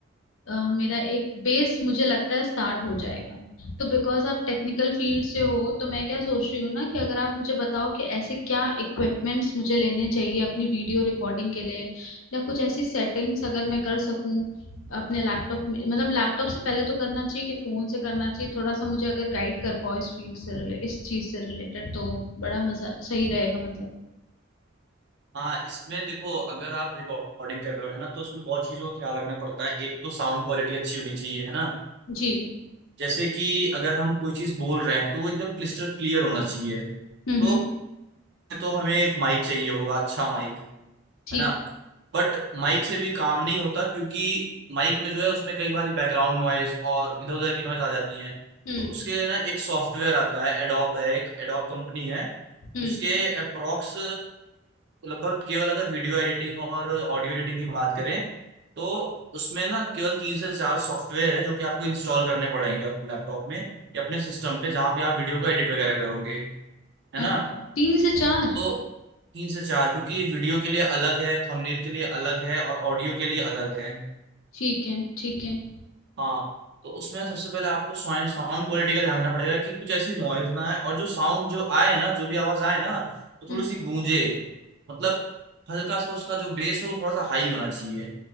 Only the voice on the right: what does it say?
हाँ इसमें देखो अगर आप रिकॉर्डिंग कर रहे हो है ना तो उसमें बहुत चीज़ों का ख्याल रखना पड़ता है एक तो साउंड क्वालिटी अच्छी होनी चाहिए है ना
जैसे कि अगर हम कोई चीज़ बोल रहे हैं तो वो एकदम क्लिस्टर क्लियर होना चाहिए तो
तो हमें एक माइक चाहिए होगा अच्छा माइक
है ना बट माइक से भी काम नहीं होता क्योंकि माइक में जो है उसमें कई बार बैकग्राउंड नॉइज और इधर उधर की नॉइज आ जाती है
तो उसके लिए ना एक सॉफ्टवेयर आता है एडोब है एक एडोब कंपनी है
उसके अप्रोक्स लगभग केवल अगर वीडियो एडिटिंग और ऑडियो एडिटिंग की बात करें तो उसमें ना केवल तीन से चार सॉफ्टवेयर हैं जो कि आपको इंस्टॉल करने पड़ेंगे अपने लैपटॉप में या अपने सिस्टम पे जहाँ पे आप वीडियो को एडिट वगैरह करोगे है
ना
तो तीन से चार क्योंकि वीडियो के लिए अलग है थंबनेल के लिए अलग है और ऑडियो के लिए अलग है
हाँ तो उसमें सबसे पहले आपको साउंड साउंड क्वालिटी का ध्यान रखना पड़ेगा कि कुछ ऐसी नॉइज ना आए और जो साउंड जो आए ना जो भी आवाज आए ना वो
थोड़ी सी गूंजे मतलब हल्का सा उसका जो बेस हो वो थोड़ा सा हाई होना चाहिए